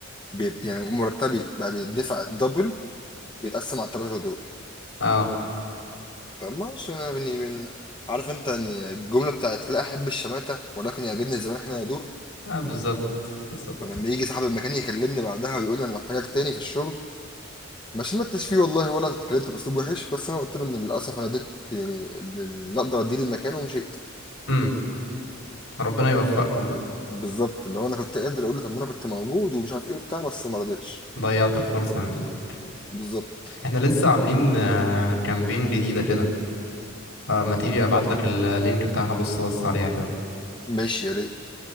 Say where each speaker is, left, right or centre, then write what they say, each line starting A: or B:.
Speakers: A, on the left; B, on the left.
A: بيت... يعني مرتبي بقى بيدفع الدبل بيتقسم على الثلاثة دول
B: اه
A: طب ما هوش أنا من من عارف انت يعني الجمله بتاعت لا احب الشماته ولكن يعجبني الزمان احنا يدور
B: اه بالظبط بالظبط
A: فلما يجي صاحب المكان يكلمني بعدها ويقول لي انا محتاجك تاني في الشغل ما شمتش فيه والله ولا اتكلمت باسلوب وحش بس انا قلت له ان للاسف انا اديت يعني اللي اقدر اديه للمكان ومشيت
B: امم ربنا يوفقكم بقى
A: بالظبط اللي هو انا كنت قادر اقول له طب ما انا كنت موجود ومش عارف ايه وبتاع بس ما رضيتش
B: ضيعت الفرصة من ايدك
A: بالظبط
B: احنا لسه عاملين آه، كامبين جديدة كده آه، ما تيجي ابعت لك اللينك بتاعها بص بص عليها كده
A: ماشي يا ريت